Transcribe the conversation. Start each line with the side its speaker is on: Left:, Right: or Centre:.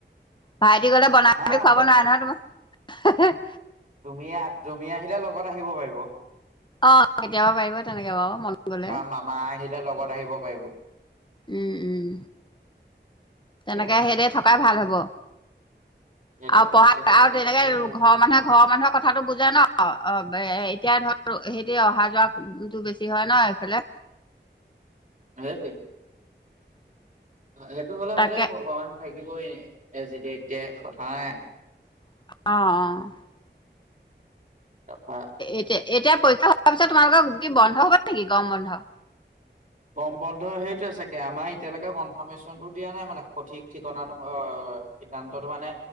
Left: ভাইটি গ'লে বনাই
Right: না
Left: কৰি খুৱাব নোৱাৰে নহয় তোমাক।
Right: তুমি আহ তুমি আহিলে লগত আহিব পাৰিব।
Left: অ' কেতিয়াবা পাৰিব বা তেনেকে বাৰু মনত গ'লে।
Right: বা মামা আহিলে লগত আহিব পাৰিব।
Left: উম, উম, তেনেকে
Right: সেয়া
Left: সেইদ থকাই ভাল হ'ব।
Right: <inaudible>
Left: আৰু পঢ়া
Right: এইটো
Left: আৰু
Right: মানে
Left: তেনেকে
Right: কথাটো ভাবি
Left: ঘৰৰ মানুহে ঘৰৰ মানুহৰ কথাটো বুজে ন অ'হেই এতিয়া ধৰ সেইতে অহা যোৱাটো বেছি হয় ন এইফালে।
Right: হেইটো হেইটো হ'লে
Left: তাকে
Right: ভালেই হ ভগৱান থাকিবই যি এতিয়া কথা নাই।
Left: অ' অ'।
Right: তাৰপা
Left: এতিয়া এতিয়া পৰীক্ষা হোৱাৰ পিছত তোমালোকৰ কি বন্ধ হ'বা নেকি গৰম বন্ধ।
Right: কম বন্ধ সেইটো চাগে, আমাৰ এতিয়ালৈকে কনফাৰ্মেশ্যনটো দিয়া নাই, মানে সঠিক ঠিকনা অ' সিদ্ধান্ততো মানে